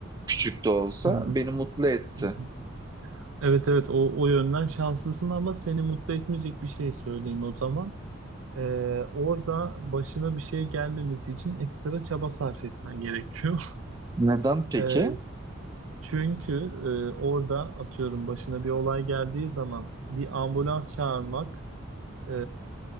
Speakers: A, on the right (about 20°); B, on the right (about 90°).
A: küçük de olsa
B: hı,
A: beni mutlu etti.
B: hı hı. Evet evet o, o yönden şanslısın ama seni mutlu etmeyecek bir şey söyleyeyim o zaman. Ee, orada başına bir şey gelmemesi için ekstra çaba sarf etmen gerekiyor.
A: Neden peki?
B: <laughs> Ee, çünkü e, orada atıyorum başına bir olay geldiği zaman bir ambulans çağırmak, e,